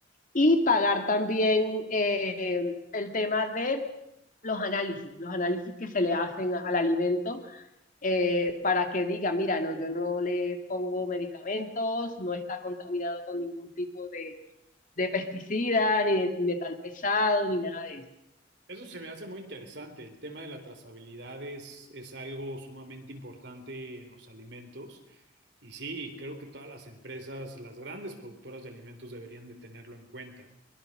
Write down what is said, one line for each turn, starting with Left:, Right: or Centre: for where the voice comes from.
Left: y pagar también eh, el tema de los análisis, los análisis que se le hacen al alimento eh, para que diga, mira, no, yo no le pongo medicamentos, no está contaminado con ningún tipo de, de pesticida, ni de metal pesado, ni nada de eso.
Right: Eso se me hace muy interesante. El tema de la trazabilidad es, es algo sumamente importante en los alimentos. Y sí, creo que todas las empresas, las grandes productoras de alimentos deberían de tenerlo en cuenta.